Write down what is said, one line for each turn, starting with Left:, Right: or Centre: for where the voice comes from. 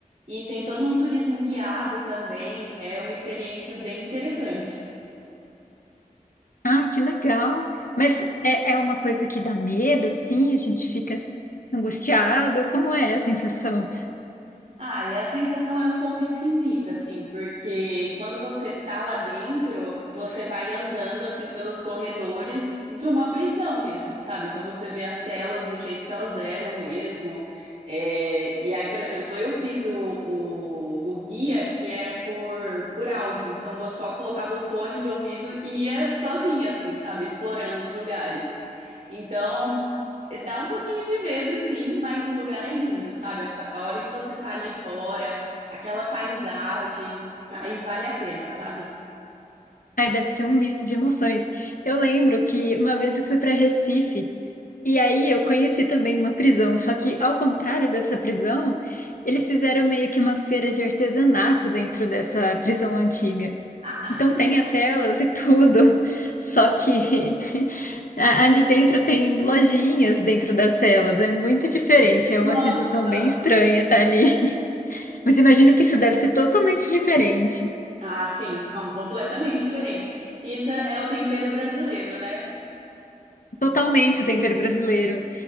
Right: e tem todo um turismo guiado também, é uma experiência bem interessante.
Left: Ah, que legal! Mas é, é uma coisa que dá medo, assim, a gente fica angustiado. Como é a sensação?
Right: Ah, e a sensação é um pouco esquisita, assim, porque quando você tá lá dentro, você vai andando, assim, pelos corredores de uma prisão mesmo, sabe? Então você vê as celas do jeito que elas eram mesmo. É, e aí, por exemplo, eu fiz o, o, o guia que era por, por áudio, então eu só colocava o fone de ouvido e ia sozinha, assim, sabe? Explorando os lugares. Então, dá um pouquinho de medo, sim, mas o lugar é lindo, sabe? A pa- a hora que você tá ali fora, aquela paisagem, aí vale a pena, sabe?
Left: Aí deve ser um misto de emoções. Eu lembro que uma vez eu fui para Recife e aí eu conheci também uma prisão, só que ao contrário dessa prisão, eles fizeram meio que uma feira de artesanato dentro dessa prisão antiga.
Right: Ah,
Left: Então tem as celas e tudo, só que <laughs> a- ali dentro tem lojinhas dentro das celas, é muito diferente, é
Right: nossa!
Left: uma sensação bem estranha estar ali. <laughs> Mas imagino que isso deve ser totalmente diferente.
Right: Ah, sim, não, completamente diferente. Isso é, é o tempero brasileiro, né?
Left: Totalmente o tempero brasileiro.